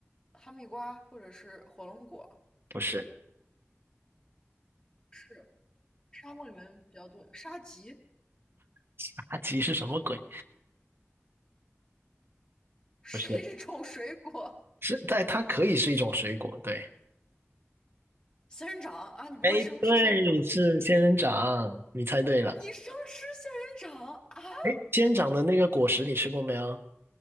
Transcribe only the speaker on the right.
不是，
<laughs> 阿吉是什么鬼？
不是，是，但它可以是一种水果，对。
哎，对，是仙人掌，你猜对了。
哎，仙人掌的那个果实你吃过没有？